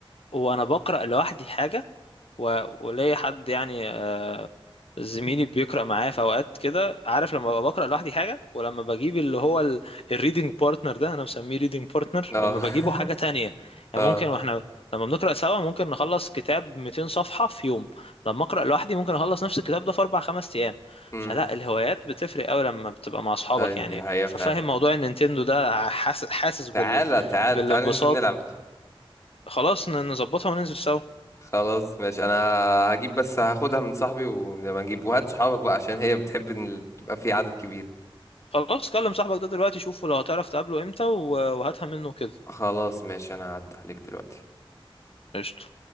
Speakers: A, on the left; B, on the left.
A: وانا بقرا لوحدي حاجه و- وليا حد يعني آه، زميلي بيقرا معايا في اوقات كده عارف لما ببقى بقرا لوحدي حاجه ولما بجيب اللي هو الريدنج بارتنر ده انا مسميه ريدنج بارتنر
B: اه
A: لما
B: <laughs>
A: بجيبه حاجه تانية يعني
B: اه
A: ممكن واحنا لما بنقرا سوا ممكن نخلص كتاب 200 صفحه في يوم لما اقرا لوحدي ممكن اخلص نفس الكتاب ده في اربع خمس ايام
B: امم
A: فلا الهوايات بتفرق قوي لما بتبقى مع اصحابك
B: ايوه
A: يعني
B: دي حقيقة
A: ففاهم
B: فعلا
A: موضوع النينتندو ده حاس- حاسس بال...
B: تعالى تعالى
A: بالانبساط
B: تعالى ننزل نلعب
A: خلاص ن- نظبطها وننزل سوا
B: خلاص ماشي انا هجيب بس هاخدها من صاحبي ونبقى نجيب وهات صحابك بقى عشان هي بتحب ان ال- تبقى في عدد كبير
A: خلاص كلم صاحبك ده دلوقتي شوفه لو هتعرف تقابله امتى و- وهاتها منه كده
B: خلاص ماشي انا هعدي عليك دلوقتي
A: قشطة